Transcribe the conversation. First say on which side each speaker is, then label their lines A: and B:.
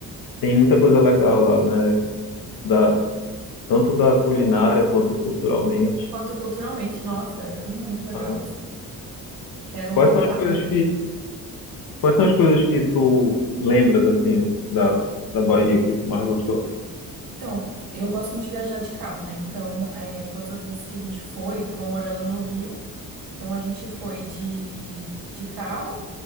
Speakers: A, on the left (about 75°); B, on the right (about 70°).
A: tem muita coisa legal lá, né? Da, tanto da culinária quanto culturalmente.
B: Quanto culturalmente, nossa, é muito legal.
A: Ah,
B: assim. Quero
A: Quais
B: voltar
A: são as coisas
B: mais vezes.
A: que, Quais são as coisas que tu lembras, assim, da, da Bahia que tu mais gostou?
B: Então, eu gosto muito de viajar de carro, né? Então, é, todas as vezes que a gente foi, eu tava morando no Rio, então a gente foi de, de carro.